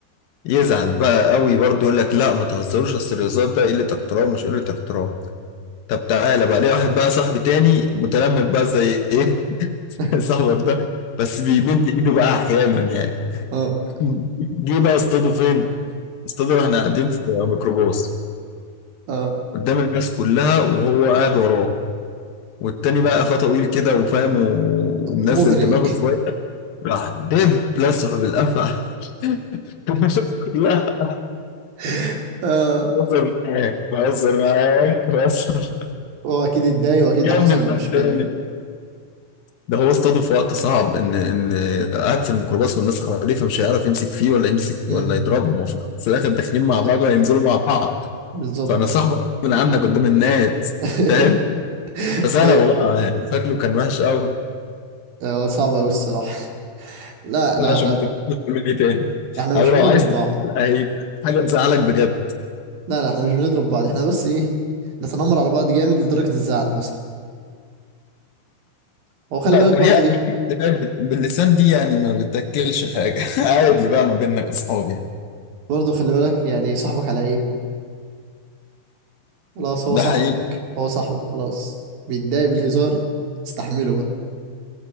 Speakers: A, on the left; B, on the right.
A: يزعل بقى قوي برضه يقول لك لا ما تهزروش اصل الهزار ده قله احترام مش قله احترام طب تعالى بقى ليه واحد بقى صاحبي تاني متلمم بقى زي ايه <laughs>
B: <laughs>
A: صاحبك ده بس بيمد ايده بقى احيانا يعني
B: اه
A: <laughs> جه بقى اصطاده فين؟ اصطاده واحنا قاعدين في ميكروباص
B: اه
A: قدام الناس كلها وهو قاعد وراه والتاني بقى قفاه طويل كده وفاهم و- ومنزل
B: مغري
A: دماغه شويه راح دب لسه بالقفا <laughs> لا
B: <laughs> اه
A: بهزر معاك بهزر معاك بهزر
B: هو اكيد اتضايق واكيد
A: يا
B: ده حصل
A: عم ده
B: مشكلة
A: تاني. ده هو اصطاده في وقت صعب ان ان قاعد في الميكروباص والناس حواليه فمش هيعرف يمسك فيه ولا يمسك
B: مم.
A: ولا يضربهم هو في الأول وفي الاخر داخلين
B: بالظبط
A: مع بعض وهينزلوا مع بعض
B: بالظبط
A: فانا صاحبك من عنك قدام الناس
B: <laughs>
A: فاهم فسرقوا
B: ايوه
A: بقى يعني شكله كان وحش قوي
B: هو صعب قوي الصراحه لا
A: ولا
B: لا
A: عشان
B: احنا
A: ما تبقاش مني تاني
B: احنا
A: او
B: مش
A: لو
B: بنضرب
A: عايز تزعل،
B: بعض
A: هيبقى حاجه تزعلك بجد
B: لا لا احنا مش بنضرب بعض احنا بس ايه نتنمر على بعض جامد لدرجه الزعل مثلا هو خلي
A: لا
B: بالك
A: تريق
B: برضه ايه
A: باللسان دي يعني ما بتاكلش حاجه <laughs> عادي بقى ما بيننا كصحاب يعني
B: برضه خلي بالك يعني صاحبك على عيبه خلاص هو
A: ده
B: صاحبك
A: حقيقي
B: هو صاحبك خلاص بيتضايق بالهزار استحمله بقى